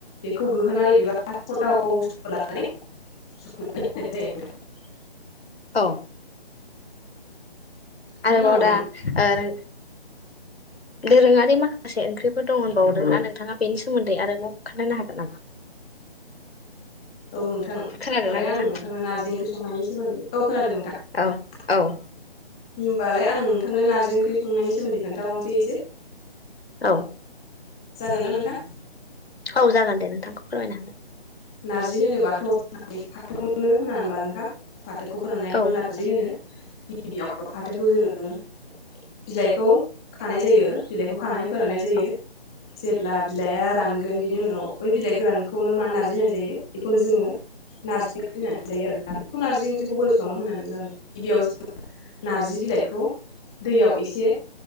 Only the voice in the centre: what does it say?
बेखौ गोहोनानै <inaudible> <unintelligible>
बेनि
उनाव
औ नोंथां दहाय
आं नोंथांनो नारजि ओंख्रि संनायनि सोमोन्दै औ खोनादों नोंथां।
होनोमबालाय
आं नोंथांनो नार्जि ओंख्रि संनायनि सोमोन्दै खोन्थाबावनोसै एसे
जागोन ना नोंथां?
नार्जि होनोबाथ' होन फाथोखौनो होना होनबा नोंथां? फाथोखौ फोराननायखौनो
नारजि होनो गिबियाव फाथोखौ जोङो बिलाइखौ खानाय जायो बिलाइखौ खानानै फोराननाय जायो
जेब्ला बिलाइआ रानगोन बिनि उनाव बै बिलाइ गोरानखौ खौनो मा नारजि होनना जायो बेखौनो जोङो नारजि ओंख्रि होननानै जायो आरोना ओंख्रिखौ बोरै सङनो होनानै बुदों? गिबियाव जों नारजि बिलाइखौ दैयाव एसे